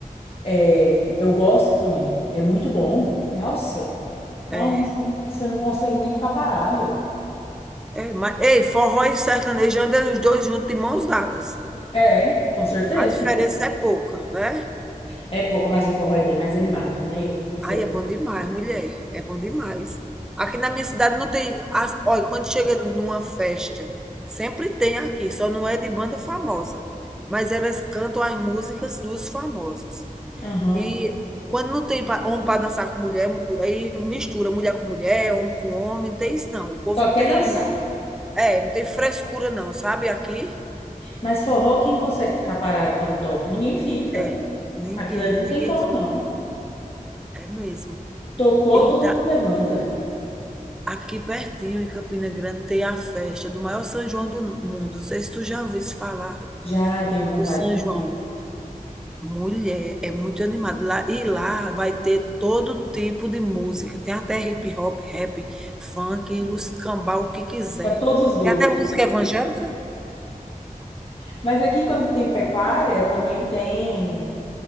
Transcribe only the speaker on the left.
é, eu gosto também. É muito bom. Nossa, uma
música que você não consegue nem ficar parado. hein?
É, com certeza.
É pouco, mas o forró é bem mais animado, né? O sertanejo.
Aham.
Só
quer
dançar.
Mas forró, quem consegue ficar parado quando toca? Ninguém fica.
Aquilo ali não
tem como,
não.
Tocou,
todo
mundo levanta.
Já tenho vontade
de
ir.
Para todos os gostos.
Mas aqui, quando tem pecuária, também tem